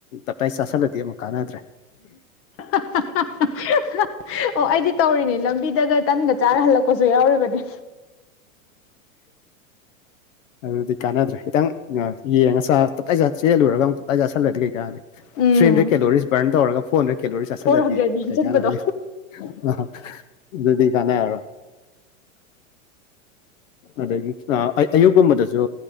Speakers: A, on the left (about 70°); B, on the left (about 35°).
A: ꯇꯞꯇꯥꯏ ꯆꯥꯥꯁꯜꯂꯗꯤ ꯑꯃꯨꯛ ꯀꯥꯟꯅꯗ꯭ꯔꯦ
B: ꯍ ꯑꯣ ꯑꯩꯗꯤ ꯇꯧꯔꯤꯅꯤ ꯂꯝꯕꯤꯗꯒ ꯇꯟꯒ ꯆꯥꯔ ꯍꯜꯂꯛꯄꯁꯨ ꯌꯥꯎꯔꯤꯕꯅꯤ
A: ꯑꯗꯨꯗꯤ ꯀꯥꯟꯅꯗ꯭ꯔꯦ ꯈꯤꯇꯪ ꯌꯦꯡꯉꯁꯥ ꯇꯞꯇꯥꯏꯖꯥꯠ ꯆꯦꯜꯂꯨꯔꯒ ꯑꯃꯨꯛ ꯇꯞꯇꯥꯥꯏ ꯆꯥꯁꯤꯜꯂꯨꯔꯗꯤ ꯀꯩꯀꯥꯅꯤ
B: ꯎꯝ
A: ꯍꯟꯗ꯭ꯔꯦꯗ ꯀꯦꯂꯣꯔꯤ ꯕꯔꯟ ꯇꯔ ꯐꯣꯔ ꯍꯟꯗ꯭ꯔꯦꯗ ꯀꯦꯂꯣꯔꯤ ꯆꯠꯁꯤꯜꯂꯗꯤ
B: ꯐꯣꯔ ꯍꯟꯗ꯭ꯔꯦꯠ ꯌꯣꯝꯁꯤꯟꯕꯗꯣ
A: ꯀꯩ ꯀꯥꯟꯅꯅꯤ ꯑ ꯑꯗꯨꯗꯤ ꯀꯦ ꯑ ꯑꯗꯒꯤ ꯑꯌꯨꯛꯀꯨꯝꯕꯗꯁꯨ